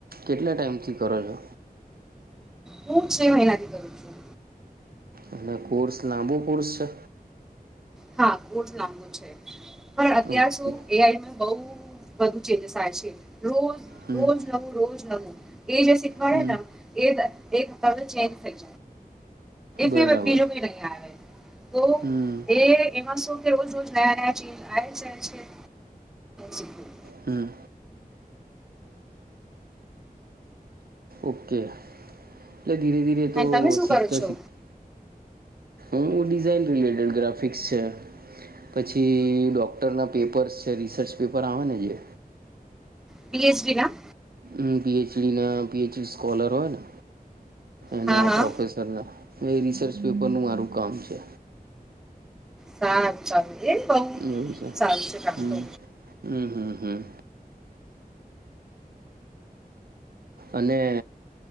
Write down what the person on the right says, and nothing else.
કેટલા ટાઈમથી કરો છો?
અને કોર્સ લાંબો કોર્સ છે?
ઓકે
હમ
હમ
બરાબર
હમ
હમ્મ. ઓકે એટલે ધીરે ધીરે
તો
શીખતા
શીખતા હું ડિઝાઇન રીલેટેડ ગ્રાફિક્સ છે. પછી ડોક્ટરના પેપર્સ છે રિસર્ચ પેપર આવે ને જે
હમ્મ પીએચડી ના પીએચડી સ્કોલર હોય ને એના
પ્રોફેસર ના એ એ રિસર્ચ પેપરનું મારું કામ છે.
એવું છે
હમ
હમ હમ હમ અને